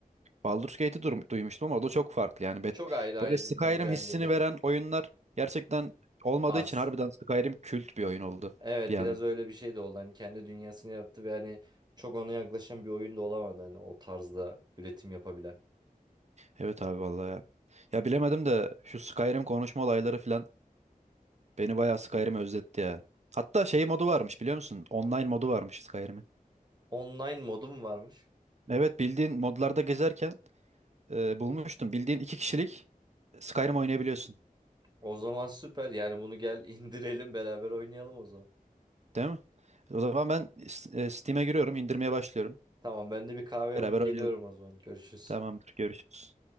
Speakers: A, on the right; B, on the right.
A: Baldur's Gate'i durum- duymuştum ama o da çok farklı yani. Bet-
B: Çok ayrı hayır
A: Böyle Skyrim
B: bence aynı
A: hissini
B: değil.
A: veren oyunlar gerçekten olmadığı
B: <laughs> Az.
A: için harbiden Skyrim kült bir oyun oldu
B: Evet
A: bir
B: biraz
A: anda.
B: öyle bir şey de oldu. Hani kendi dünyasını yarattı ve hani çok ona yaklaşan bir oyun da olamadı hani o tarzda üretim yapabilen.
A: Evet abi vallahi ya. Ya bilemedim de şu Skyrim konuşma olayları falan beni bayağı Skyrim özletti ya. Hatta şey modu varmış biliyor musun? Online modu varmış Skyrim'in.
B: Online modum varmış.
A: Evet bildiğin modlarda gezerken e, bulmuştum. Bildiğin iki kişilik Skyrim oynayabiliyorsun
B: O zaman süper. Yani bunu gel <laughs> indirelim beraber oynayalım o zaman.
A: değil mi? O zaman ben S- e, Steam'e giriyorum, indirmeye başlıyorum.
B: Tamam ben de bir kahve yapıp
A: Beraber
B: geliyorum
A: oynayalım.
B: o zaman. Görüşürüz.
A: Tamamdır, görüşürüz.